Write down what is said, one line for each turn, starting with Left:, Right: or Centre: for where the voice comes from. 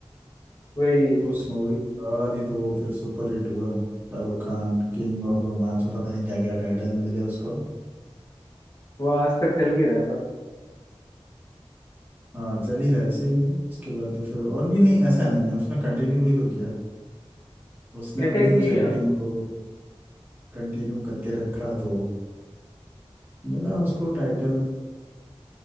Left: वही
Right: उस मूवी के बाद ही तो वो फिर सुपर हिट हुआ Shahrukh Khan king of romance और पता नहीं क्या क्या टाइटल मिल गया उसको
Left: वो आज तक चल भी रहा है पर
Right: हाँ चल ही रहा है सही है उसके बाद तो फिर और भी नहीं ऐसा नहीं है उसने कंटिन्यू भी तो किया उसने
Left: कैटेगरी
Right: अपनी उस एक्टिंग
Left: हाँ
Right: को कंटिन्यू करके रखा तो मिला उसको टाइटल